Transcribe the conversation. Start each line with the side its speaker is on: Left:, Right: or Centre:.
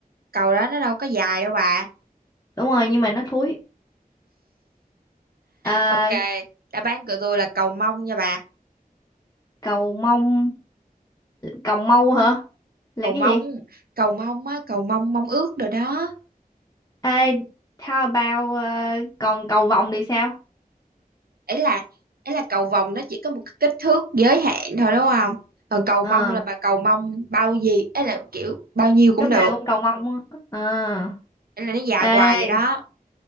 Right: cầu đó nó đâu có dài đâu bà
Left: Đúng rồi nhưng mà nó thúi. À,
Right: ok đáp án của tôi là cầu mông nha bà
Left: cầu mông, cầu mâu hả? Là
Right: cầu mông
Left: cái gì?
Right: cầu mông á cầu mông mông ước rồi đó
Left: Ê, how about ờ, còn cầu vồng thì sao?
Right: ấy là ấy là cầu vồng nó chỉ có một cái kích thước giới hạn thôi đúng không còn cầu
Left: Ờ.
Right: mông là bà cầu mông bao gì ấy là kiểu bao nhiêu cũng
Left: lúc
Right: được
Left: nào cũng cầu mong á. à
Right: ấy là nó dài
Left: ê
Right: hoài vậy đó